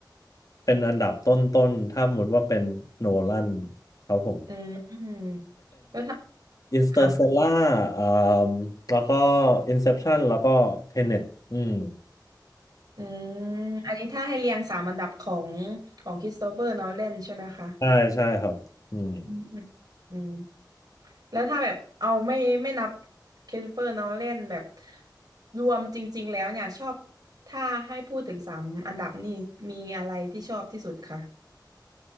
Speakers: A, on the left; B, on the right.
A: เป็นอันดับต้นๆถ้าสมมติว่าเป็นโนแลนครับผม
B: อืมอืมแล้วถ้า
A: อินเตอร์สเตลล่าอ่า
B: ค่ะ
A: แล้วก็อินเซปชันแล้วก็เทเน็ตอืม
B: อืมอันนี้ถ้าให้เรียงสามอันดับของของคริสโตเฟอร์นอแลนใช่ไหมคะ
A: ใช่ใช่ครับอืม
B: อืมอืมอืมแล้วถ้าแบบเอาไม่ไม่นับคริสโตเฟอร์นอแลนแบบรวมจริงๆแล้วเนี่ยชอบถ้าให้พูดถึงสามอันดับนี่มีอะไรที่ชอบที่สุดคะ